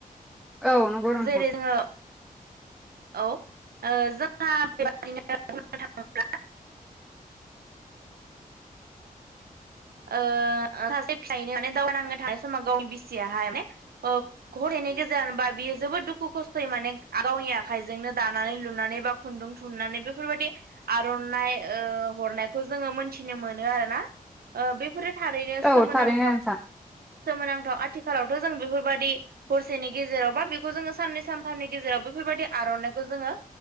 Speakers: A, in the centre; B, on the right.
A: औ औ नंगौ नोंथां
B: जेरै जोङो औ ओ जोंहा बेबादिनो बुंनो थाङोब्ला <unintelligible> ओ सासे फिसायनो माने दावहा नांनो थांनाय समाव गावनि बिसियाहाय माने घरैनाय गेजेरजोंबा बियो जोबोद दुखु खस्थ'यै माने गावनि आखाइजोंनो दानानै लुनानै बा खुन्दुं थुननानै बेफोरबायदि आर'नाइ ओ हरनायखौ जोङो मोनथिनो मोनो आरोना ओ बे फोरो थारैनो सोमोनां
A: औ थारैनो नोंथां
B: सोमोनांथाव आथिखालावथ' जों बेफोरबायदि हरसेनि गेजेराव बा बेखौ जोङो साननै सानथामनि गेजेराव बेफोरबायदि आर'नाइखौ जोङो